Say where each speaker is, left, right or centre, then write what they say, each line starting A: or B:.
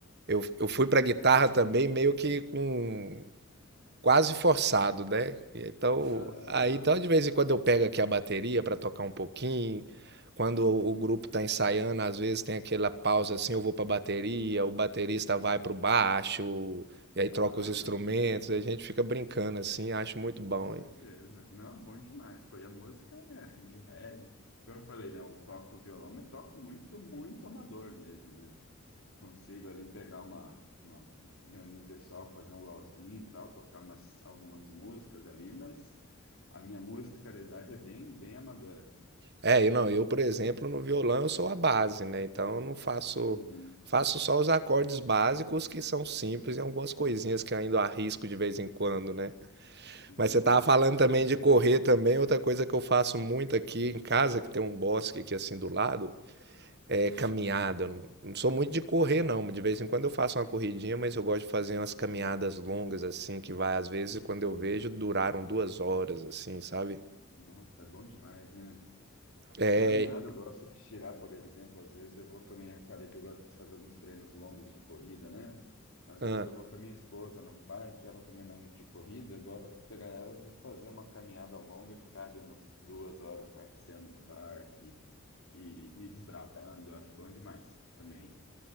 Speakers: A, on the right; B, on the left.
A: eu, eu fui pra guitarra também meio que com quase forçado, né? Então,
B: aham.
A: aí então de vez em quando eu pego aqui a bateria para tocar um pouquinho. Quando o o grupo tá ensaiando, às vezes tem aquela pausa assim, eu vou para bateria, o baterista vai pro baixo, e aí troca
B: Ah,
A: os instrumentos,
B: não, sim,
A: a gente fica brincando assim, acho muito
B: com
A: bom.
B: certeza.
A: hein?
B: Não, bom demais, foi. A música é e reggae. Como eu falei, né? Eu toco violão, mas toco muito, muito amador mesmo, né? consigo ali pegar uma, uma reunião pessoal, fazer um luauzinho e tal, tocar umas, algumas músicas ali, mas a minha musicalidade é bem, bem amadora, assim.
A: É, eu não, eu, por exemplo, no violão eu sou a base, né? Então eu não faço
B: Uhum,
A: faço só os acordes básicos que são simples e algumas coisinhas que eu ainda arrisco de vez em quando, né?
B: sim,
A: Mas você tava falando também de correr também. Outra coisa que eu faço muito aqui em casa, que tem um bosque aqui assim do lado, é caminhada.
B: uhum,
A: Eu Não sou muito de correr, não. De vez em quando eu faço uma corridinha, mas eu gosto de fazer umas caminhadas longas, assim, que vai, às vezes, quando
B: sim.
A: eu vejo, duraram duas horas, assim, sabe?
B: Nossa, é bom demais, né?
A: É,
B: Caminhada, eu gosto de tirar, por exemplo, às vezes eu vou com a minha, falei que eu gosto de fazer alguns treinos longos de corrida, né? Às
A: Ah,
B: vezes eu vou com a minha esposa no parque, ela também não é muito de corrida, eu gosto de pegar ela e a gente fazer uma caminhada longa e ficar ali umas duas horas passeando no parque e, e desbravando, eu acho bom demais também.